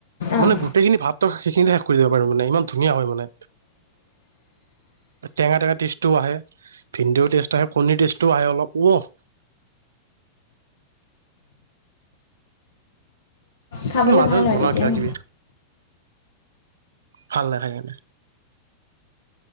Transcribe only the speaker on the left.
উম
খাবলৈ
ভাল হয়
তেতিয়া
ন